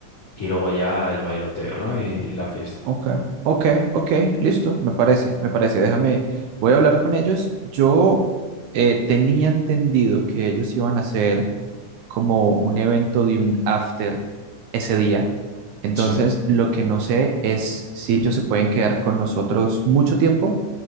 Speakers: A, on the left; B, on the right.
A: y luego ya el bailoteo, ¿no? Y, y la fiesta.
B: ok, ok, ok, listo, me parece, me parece. Déjame, voy a hablar con ellos. Yo eh, tenía entendido que ellos iban a hacer como un evento de un after ese día. Entonces,
A: Sí,
B: lo que no sé es si ellos se pueden quedar con nosotros mucho tiempo